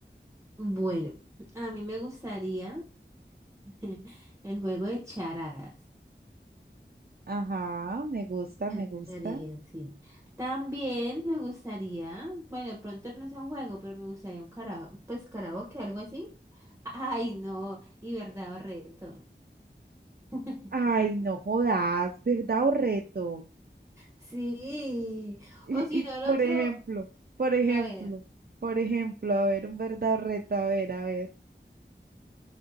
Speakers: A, on the right; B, on the right.
A: Bueno, a mí me gustaría <laughs> el juego de charadas.
B: Ajá, me gusta,
A: Me
B: me
A: gustaría,
B: gusta.
A: sí. También me gustaría, bueno, pronto no sea un juego, pero me gustaría un karaoke, pues karaoke, algo así. <laughs> Ay, no, y verdad o reto. <laughs>
B: Ay, no jodas, ¿verdad o reto?
A: Sí,
B: Y,
A: o si
B: y
A: no, el
B: por
A: otro,
B: ejemplo, por ejemplo,
A: a ver,
B: por ejemplo, a ver, un verdadero reto, a ver, a ver.